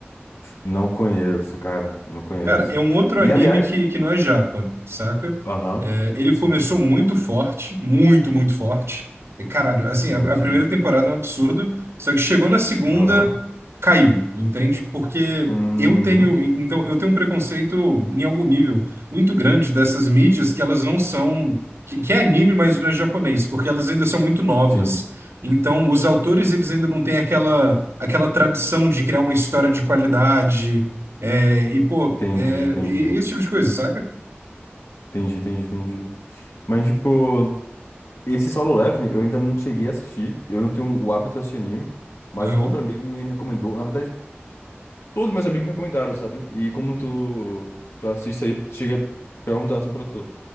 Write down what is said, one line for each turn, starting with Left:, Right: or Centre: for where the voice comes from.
Left: não conheço, cara. Não conheço.
Right: Cara, é um outro
Left: E
Right: anime
Left: aliás.
Right: que, que não é japa, saca?
Left: Aham.
Right: É, ele
Left: Sim,
Right: começou
Left: sim.
Right: muito forte, muito, muito forte. E, Caralho, assim,
Left: Sim,
Right: a, a
Left: sim.
Right: primeira temporada é um absurdo, só que chegou na segunda,
Left: Aham.
Right: caiu, entende? Porque
Left: Uhum.
Right: eu tenho, então, eu tenho um preconceito em algum nível muito grande dessas mídias que elas não são, que, que é anime, mas não é japonês, porque elas ainda são muito novas.
Left: Sim.
Right: Então, os autores, eles ainda não têm aquela, aquela tradição de criar uma história de qualidade, é, e, pô,
Left: Entendi,
Right: é,
Left: entendi.
Right: e, e esse tipo de coisa, saca?
Left: Entendi, entendi, entendi. Mas, tipo. Esse Solo Leveling eu ainda não cheguei a assistir. Eu não tenho o hábito de assistir anime, mas
Right: Aham.
Left: um outro amigo me recomendou. Na verdade, todos meus amigos me recomendaram, sabe? E como tu, tu assiste aí, cheguei a perguntar assim pra tu.